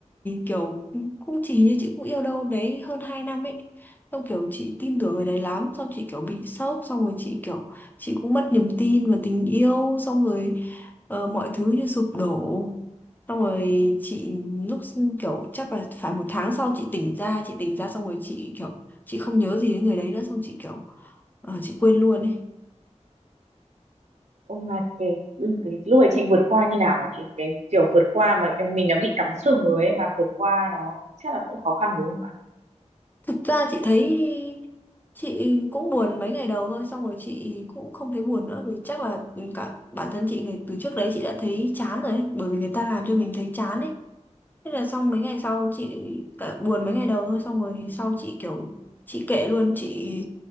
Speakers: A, on the left; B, on the right.
A: kiểu cũng chỉ như chị cũng yêu đâu đấy hơn 2 năm ấy xong kiểu chị tin tưởng người đấy lắm xong chị kiểu bị sốc xong rồi chị kiểu chị cũng mất niềm tin vào tình yêu xong rồi ờ, mọi thứ như sụp đổ xong rồi chị lúc kiểu chắc là phải một tháng sau chị tỉnh ra chị tỉnh ra xong rồi chị kiểu chị không nhớ gì đến người đấy nữa xong chị kiểu ờ, chị quên luôn ấy
B: ông mà cái, ừ, cái lúc ấy chị vượt qua như nào hả chị cái kiểu vượt qua mà mình đã bị cắm sừng rồi ấy mà vượt qua nó chắc là cũng khó khăn đúng không
A: Thực ra chị thấy chị cũng buồn mấy ngày đầu thôi xong rồi chị cũng không thấy buồn nữa vì chắc là cả bản thân chị ngày từ trước đấy chị đã thấy chán rồi ấy, bởi vì người ta làm cho mình thấy chán ấy thế là xong mấy ngày sau chị cả buồn mấy ngày đầu thôi xong rồi sau chị kiểu chị kệ luôn chị